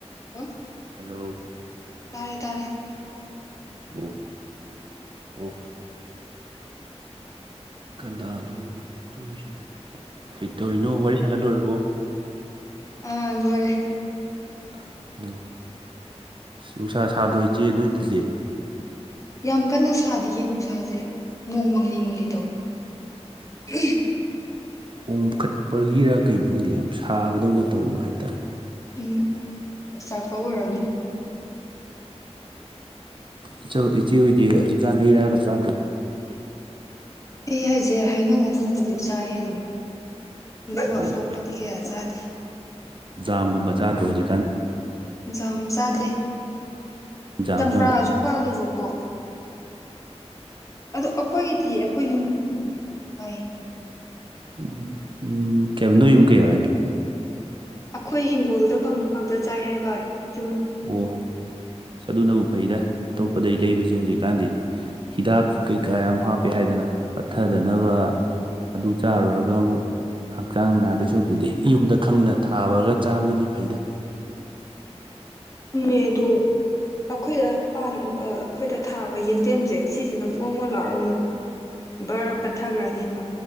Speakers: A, on the left (about 30°); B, on the right (about 45°).
A: <unintelligible>
B: hello
A: ꯇꯥꯔꯦ ꯇꯥꯔꯦ
B: <unintelligible> ꯑꯣ ꯀꯅꯥꯅꯣ ꯇꯨꯔꯤꯁꯤꯅ ꯀꯩ ꯇꯧꯔꯤꯅꯣ ꯋꯥꯔꯤ ꯁꯥꯟꯅ ꯂꯣꯏꯔꯕꯣ
A: ꯑꯥ ꯂꯣꯏꯔꯦ
B: ꯑꯣ ꯁꯁ ꯅꯨꯡꯁꯥ ꯁꯥꯗ꯭ꯔꯣ ꯏꯆꯦ ꯅꯣꯏꯗꯗꯤ
A: ꯌꯥꯝ ꯀꯟꯅ ꯁꯥꯗꯤꯌꯦ ꯅꯨꯡꯁꯥꯖꯦ ꯅꯣꯡ ꯃꯪꯂꯤ ꯃꯪꯂꯤ ꯇꯧꯋꯤ ꯎꯝ
B: ꯑꯣꯝꯈꯠꯄꯒꯤꯔ ꯀꯩꯅꯣꯝꯗꯤ ꯌꯥꯝ ꯁꯥꯕꯗꯧꯅ ꯇꯧꯕ ꯍꯥꯏꯇꯥꯔꯦ
A: ꯎꯝ ꯑꯣꯝꯆꯥꯛꯄ ꯑꯣꯏꯔꯝꯅꯤ
B: ꯏꯆꯧ ꯏꯆꯦ ꯍꫭꯏꯗꯤ ꯍꯧꯖꯤꯛꯀꯥꯟ ꯍꯩ ꯔꯥꯒ ꯆꯥꯗ꯭ꯔꫭ
A: ꯍꯩ ꯍꯥꯏꯖꯦ ꯍꯩꯅꯧ ꯑꯃꯨꯟꯕꯗꯤ ꯆꯥꯏꯌꯦ ꯑꯗꯨꯝ ꯑꯗꯨꯒ
B: ꯑꯣ
A: ꯑꯇꯣꯞꯄꯗꯤ ꯀꯌꯥ ꯆꯥꯗꯦ
B: ꯖꯥꯝꯒꯨꯝꯕ ꯆꯥꯗ꯭ꯔꯣ ꯍꯧꯖꯤꯛꯀꯥꯟ
A: ꯖꯥꯝ ꯆꯥꯗꯦ
B: ꯖꯥꯝꯁꯨ
A: ꯆꯝꯄ꯭ꯔꯥꯖꯨ
B: ꯌꯥꯝ
A: ꯄꯥꯜꯂꯦꯕꯀꯣ ꯑꯗꯣ ꯑꯈꯣꯏꯒꯤꯗꯤ ꯑꯈꯣꯏ ꯌꯨꯝ ꯄꯥꯏ
B: ꯎꯝ ꯎꯝ ꯀꯩꯍꯥꯏꯕ ꯅꯣꯏꯌꯨꯝ ꯀꯩꯕ ꯍꯥꯏꯅꯣ
A: ꯑꯈꯣꯏ ꯍꯤꯡꯒꯣꯜꯗ ꯐꯪꯕ ꯉꯥꯛꯇ ꯆꯥꯏ ꯍꯥꯏꯕ ꯌꯨꯝ
B: ꯑꯣ ꯑꯗꯨꯅꯕꯨ ꯐꯩꯗ ꯑꯇꯣꯞꯄꯗꯩ ꯂꯩꯕꯖꯦ ꯍꯧꯖꯤꯛꯀꯥꯟꯗꯤ ꯍꯤꯗꯥꯛ ꯀꯩꯀꯥ ꯌꯥꯝ ꯍꯥꯞꯄꯦ ꯍꯥꯏꯗꯅ ꯄꯠꯊꯗꯅꯕ ꯑꯗꯨ ꯆꯥꯔꯨꯔꯒ ꯑꯃꯨꯛ ꯍꯛꯆꯥꯡ ꯅꯥꯗꯣꯏ ꯁꯔꯨꯛ ꯄꯨꯗꯤ ꯌꯨꯝꯗ ꯈꯪꯅ ꯊꯥꯕꯒ ꯆꯥꯕꯗꯨꯅ ꯐꯩꯗ
A: ꯎꯝꯃꯦ ꯑꯗꯣ ꯑꯩꯈꯣꯏꯗ ꯄꯥꯟꯕ ꯑꯩꯈꯣꯏꯗ ꯊꯥꯕ ꯌꯦꯟꯗꯦꯝꯁꯦ ꯁꯤꯁꯤꯅ ꯃꯣꯃꯣꯟ ꯂꯥꯎꯔꯒ ꯑꯗꯨꯝ ꯕꯔ ꯄꯠꯊꯒ꯭ꯔꯅꯤ